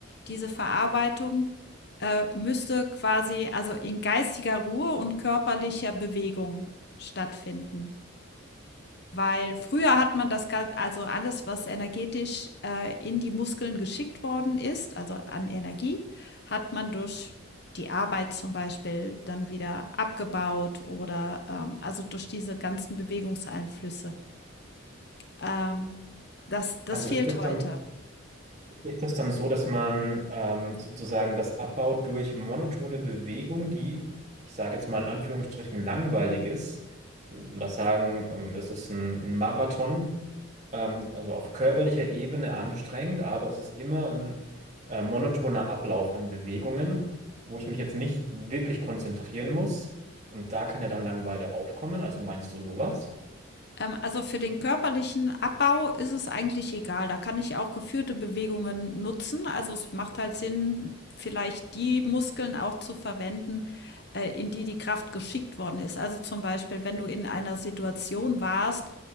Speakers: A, on the left; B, on the right.
A: diese Verarbeitung äh, müsste quasi also in geistiger Ruhe und körperlicher Bewegung stattfinden. Weil früher hat man das Gan also alles, was energetisch, äh, in die Muskeln geschickt worden ist, also an Energie, hat man durch die Arbeit zum Beispiel dann wieder abgebaut oder, ähm also durch diese ganzen Bewegungseinflüsse. Ähm, das das
B: Also
A: fehlt
B: ist das
A: heute.
B: dann Ist das dann so, dass man ähm, sozusagen das abbaut durch monotone Bewegung, die, ich sage jetzt mal in Anführungsstrichen, langweilig ist? Lass sagen, ähm, es ist ein, ein Marathon, ähm, also auf körperlicher Ebene anstrengend, aber es ist immer ein äh, monotoner Ablauf an Bewegungen, wo ich mich jetzt nicht wirklich konzentrieren muss. Und da kann ja dann Langeweile aufkommen. Also meinst du sowas?
A: Ähm, also für den körperlichen Abbau ist es eigentlich egal. Da kann ich auch geführte Bewegungen nutzen. Also es macht halt Sinn, vielleicht die Muskeln auch zu verwenden, äh, in die die Kraft geschickt worden ist. Also zum Beispiel, wenn du in einer Situation warst,